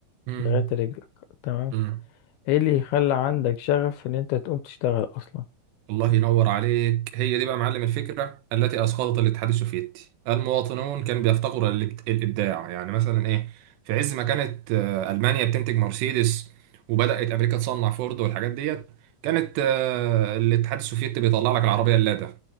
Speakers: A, on the right; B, on the left.
A: امم
B: لغاية رجلك تمام
A: امم
B: ايه اللي يخلى عندك شغف ان انت تقوم تشتغل اصلا
A: الله ينور عليك هي دي بقى معلم الفكره التي اسقطت الاتحاد السوفيتي المواطنون كانوا بيفتقروا للإبت- الابداع يعني مثلا ايه في عز ما كانت آه، المانيا بتنتج مرسيدس وبدات امريكا تصنع فورد والحاجات ديت كانت آه، الاتحاد السوفيتي بيطلع لك العربيه اللادا